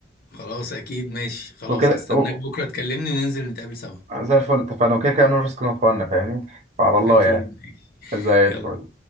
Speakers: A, on the left; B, on the right.
A: خلاص اكيد ماشي خلاص
B: وكده
A: هستناك
B: و-
A: بكرة تكلمني وننزل نتقابل سوا
B: زي الفل اتفقنا وكده كده نو ريسك نو فن فاهمني فعلى الله
A: اكيد
B: يعني
A: ماشي
B: زي
A: يلا
B: الفل